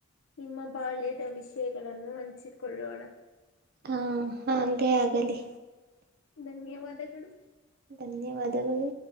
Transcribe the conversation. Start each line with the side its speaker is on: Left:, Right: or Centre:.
Left: ನಿಮ್ಮ ಬಾಳಯದ ವಿಷಯಗಳನ್ನು ಹಂಚಿಕೊಳ್ಳೋಣ
Right: ಹಾ ಹಾಗೆ ಆಗಲಿ
Left: ಧನ್ಯವಾದಗಳು
Right: ಧನ್ಯವಾದಗಳು